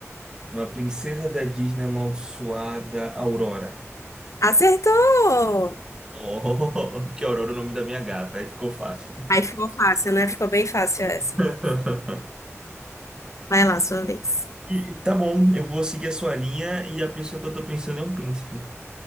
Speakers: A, on the right; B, on the left.
A: Uma princesa da Disney amaldiçoada, Aurora.
B: Acertou!
A: Oh, <laughs> porque Aurora é o nome da minha gata, aí ficou fácil.
B: Aí ficou fácil, né? Ficou bem fácil essa.
A: <laughs>
B: Vai lá, sua vez.
A: E, tá bom, eu vou seguir a sua linha e a pessoa que eu tô pensando é um príncipe.